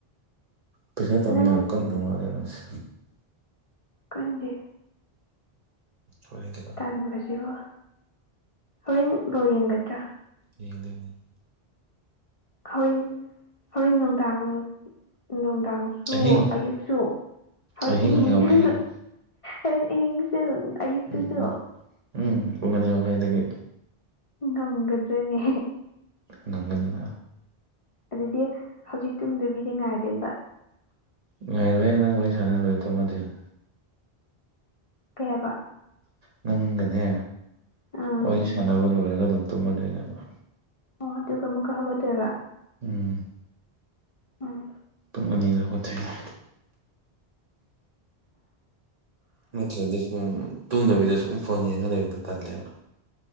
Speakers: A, on the right; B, on the left.
A: ꯄꯩꯁꯥ ꯇꯥꯟꯕ
B: ꯅꯪ
A: ꯌꯥꯝ ꯀꯟꯗꯧ ꯃꯥꯜꯂꯦ ꯅꯪꯁꯦ
B: ꯀꯟꯗꯦ
A: ꯍꯣꯔꯦꯟ ꯀꯩꯗꯧ
B: ꯇꯥꯟꯕꯁꯤꯕꯨ ꯍꯣꯔꯦꯟ ꯕꯣꯜ ꯌꯦꯡꯒꯗ꯭ꯔꯥ
A: ꯌꯦꯡꯗꯣꯢꯅꯦ
B: ꯍꯣꯔꯦꯟ ꯍꯣꯔꯦꯟ ꯅꯨꯡꯗꯥꯡ ꯅꯨꯡꯗꯥꯡꯁꯨ
A: ꯑꯍꯤꯡ
B: ꯑꯌꯨꯛꯁꯨ ꯍꯣꯔꯦꯟ
A: ꯑꯍꯤꯡ
B: ꯑꯍꯤꯡꯁꯨ
A: ꯍꯥꯏꯌꯣ ꯑꯍꯤꯡ
B: ꯍꯣꯔꯦꯟ ꯑꯍꯤꯡꯁꯨ ꯑꯌꯨꯛꯇꯨꯁꯨ
A: ꯎꯝ ꯎꯝ ꯄꯨꯡ ꯑꯅꯤ ꯃꯈꯥꯏꯗꯒꯤ
B: ꯉꯝꯒꯗ꯭ꯔꯥꯅꯦ
A: ꯉꯝꯒꯅꯤꯅ
B: ꯑꯗꯨꯗꯤ ꯍꯧꯖꯤꯛ ꯇꯨꯝꯗꯕꯤꯗ ꯉꯥꯏꯗꯣꯏꯕ
A: ꯉꯥꯏꯔꯍꯦꯅꯪ ꯋꯥꯔꯤ ꯁꯅꯥ ꯂꯣꯏꯔ ꯇꯨꯝꯗꯨꯏꯅꯦ
B: ꯀꯌꯥꯕ
A: ꯅꯪꯒꯅꯦ
B: ꯑꯥ
A: ꯋꯥꯔꯤ ꯁꯥꯟꯅꯕ ꯂꯣꯏꯔꯒ ꯑꯗꯨꯝ ꯇꯨꯝꯃꯗꯣꯏꯅꯦꯕ
B: ꯑꯣ ꯑꯗꯨꯒ ꯑꯃꯨꯛꯀ ꯍꯧꯒꯠꯇꯣꯏꯕ
A: ꯎꯝ
B: ꯎꯝ
A: ꯄꯨꯡ ꯑꯅꯤꯗ ꯍꯧꯒꯠ ꯇꯣꯏꯅꯦ ꯅꯠꯇ꯭ꯔꯗꯤ ꯁꯨꯝ ꯇꯨꯝꯗꯕꯤꯗ ꯁꯨꯝ ꯐꯣꯟ ꯌꯦꯡꯉꯒ ꯂꯩꯕꯗꯣ ꯇꯜꯂꯦꯕ